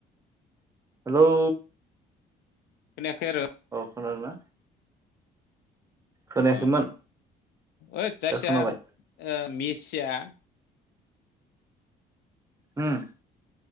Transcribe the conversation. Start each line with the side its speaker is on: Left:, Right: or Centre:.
Right: हेलौ?
Left: खोनायाखै आरो?
Right: औ खोनादोंना? खोनायाखैमोन
Left: औ ओइट जायसिया
Right: दा खोनाबाय
Left: मेसिया
Right: हम।